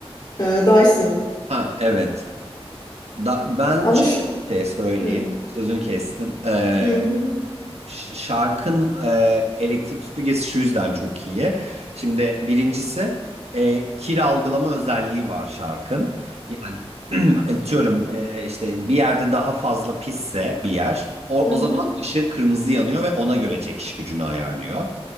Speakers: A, on the left (about 45°); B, on the right (about 80°).
A: Ee, Dyson.
B: Ha evet. Da, ben
A: Ama şu...
B: şey söyleyeyim.
A: Hı hı.
B: Sözünü kestim. Ee,
A: Hı hı.
B: ş- şarkın e, elektrik süpürgesi şu yüzden çok iyi. Şimdi birincisi e, kir algılama özelliği var şarkın. Yani <clears throat> atıyorum e, işte bir yerde daha fazla pisse bir yer o,
A: Hı
B: o
A: hı.
B: zaman ışığı kırmızı yanıyor ve ona göre çekiş gücünü ayarlıyor.